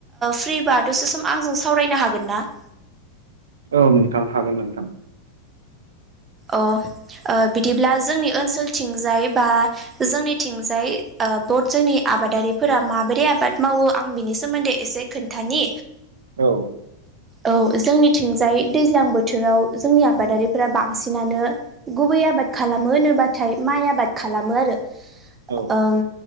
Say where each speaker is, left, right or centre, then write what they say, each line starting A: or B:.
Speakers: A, on the right (about 20°); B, on the right (about 65°).
A: फ्रिबा दसे सम आंजों सावरायनो हागोन ना? <inaudible>
B: औ नोंथां हागोन नोंथां।
A: अ ओ बिदिब्ला जोंनि ओनसोलथिंजाय बा जोंनिथिंजाय ओ बहत जोंनि आ आबादारिफोरा माबोरै आबाद मावो आं बिनि सोमोन्दै एसे खोन्थानि।
B: औ
A: औव जोंनिथिंजाय दैज्लां बोथोराव जोंनि आबादारिफोरा बांसि नानो गुबै आबाद खालामो होनोबाथाय माइ आबाद खालामो आरो।
B: औ
A: ओं